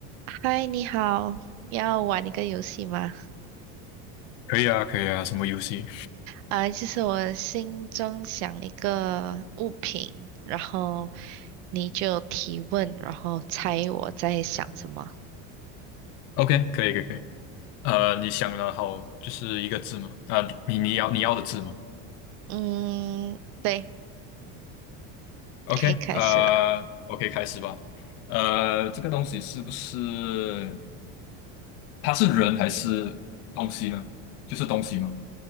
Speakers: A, on the right (about 65°); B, on the left (about 50°).
A: 嗨，你好，要玩一个游戏吗？
B: 可以啊，可以啊，什么游戏
A: 啊、就是我心中想一个物品，然后你就提问，然后猜我在想什么。
B: ？OK，可以，可以，可以。呃，你想了好，就是一个字吗？啊、你你要你要的字吗
A: 嗯，对，
B: ？OK，
A: 可以开始了。
B: 呃，OK，开始吧。呃，这个东西是不是它是人还是东西呢？就是东西吗